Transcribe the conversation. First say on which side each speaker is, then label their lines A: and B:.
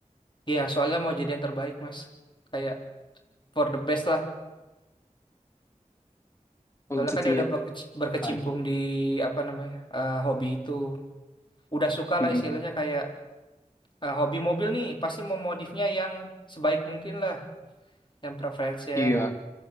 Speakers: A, on the left; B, on the left.
A: Iya, soalnya mau jadi yang terbaik, Mas. Kayak for the best lah. Soalnya
B: Oh gitu
A: kan ya udah
B: ya.
A: berkeci- berkecimpung
B: Man.
A: di apa namanya eh, hobi itu. udah suka
B: Mm-mm.
A: lah istilahnya kayak eh, hobi mobil nih pasti mau modifnya yang sebaik mungkin lah yang preferensi
B: Iya.